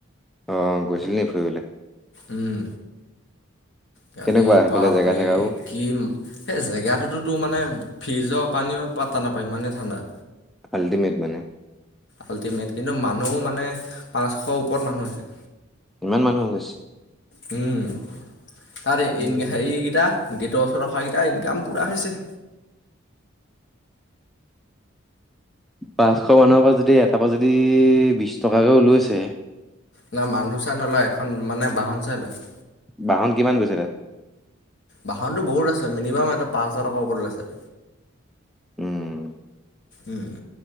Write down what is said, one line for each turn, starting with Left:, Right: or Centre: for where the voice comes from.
Centre: অ' গৈছিল নেকি ফুৰিবলৈ।
Left: উম, কালি
Centre: কেনেকুৱা সেইফালে
Left: বাপৰে
Centre: জেগা চেগাও
Left: কি সেই জেগাটোতো তো মানে ফ্ৰিজৰ পানীও পাতা নাপায় ইমানেই ঠাণ্ডা।
Centre: আল্টিমেট মানে।
Left: আল্টিমেট কিন্তু মানুহ মানে পাঁচশ ওপৰত মানুহ হৈছে।
Centre: ইমান মানুহ হৈ গৈছে?
Left: তাত
Centre: উম
Left: হেৰিকেইটা গেটৰ ওচৰত ৰখাকেইটা ইনকাম পুৰা হৈছে।
Centre: পাঁচশ মানুহৰ পৰা যদি এটাৰ পৰা যদি বিশ টকাকেও লৈছে।
Left: ন মানুহ চাই নলয় এখন মানে বাহন চাই লৈছে।
Centre: বাহন কিমান গৈছে তাত?
Left: বাহনটো বহুত‌ আছে মিনিমাম সিহঁতৰ পাঁচ হাজাৰ টকাৰ ওপৰত লৈছে।
Centre: উম।
Left: উম,